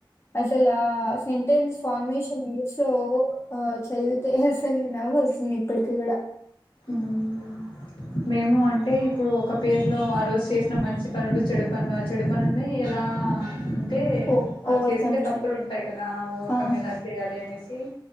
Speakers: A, on the left (about 30°); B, on the left (about 70°).
A: అసలా సెంటెన్స్ ఫార్మేషన్ న్యూస్ లో ఆ చదివితే అసలు నవ్ వస్తుంది ఇప్పటికి కూడా
B: మ్మ్ మేము అంటే ఇప్పుడు ఒక పేజ్ లో ఆ రోజు చేసిన మంచి పనులు చెడు పనులు ఆ చెడు పనుల్ని ఎలా అంటే
A: ఓ
B: అది
A: ఓవర్కమ్
B: చేసింటే తప్పులు
A: చేయండి
B: ఉంటాయి కదా ఓవర్కమ్
A: ఆ
B: ఎలా చేయాలి అనేసి ఇ